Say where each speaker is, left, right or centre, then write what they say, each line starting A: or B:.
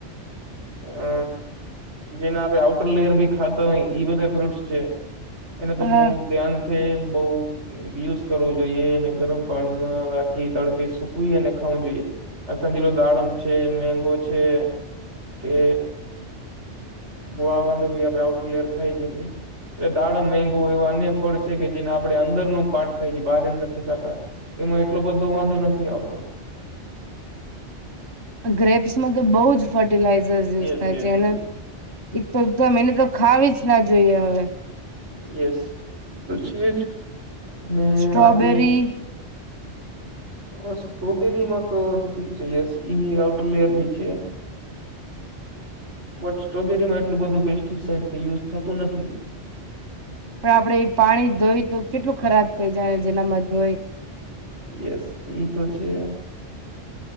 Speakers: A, on the right; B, on the right.
A: અ જેને આપે આઉટર લેયર ભી ખાતા હોય ઈ બધા ફ્રૂટસ છે એને તો
B: હા
A: બહુ ધ્યાન છે બહ યુઝ કરવું જોઈએ અને ગરમ પાણીમાં રાખી તડકે સુકવી અને ખાવું જોઈએ સમજી લો દાડમ છે મેગો છે કે ગોવાવાનું બી આપ આઉટલેયર ખાઈ જ એ દાડમ મેગુ એવા અન્ય ફળ છે કે જેને આપણે અંદરનું પાટ ખાયી બહારે નથી ખાતા એમાં એટલો બધો વાંધો નથી આવતો
B: ગ્રેપ્સમાં તો બહુ જ ફર્ટિલાઈઝર્સ યુઝ
A: યસ
B: થાય
A: યસ
B: છે એને
A: યસ
B: એ તો એને તો ખાવી જ ના જોઈએ હવે
A: યસ તો છે જ ને
B: સ્ટ્રોબેરી
A: આજે હ સ્ટ્રોબેરીમાં તો ઠીક છે યસ ઈ બી આઉટરલેયર બી છે બટ સ્ટ્રોબેરીમાં એટલું બધું પેસ્ટીસાઈડ કે યુઝ થતું નથી
B: પણ આપડે એ પાણી ધોઈ તો કેટલું ખરાબ થઇ જાય જેનામાં ધોઈ
A: યસ એ તો છે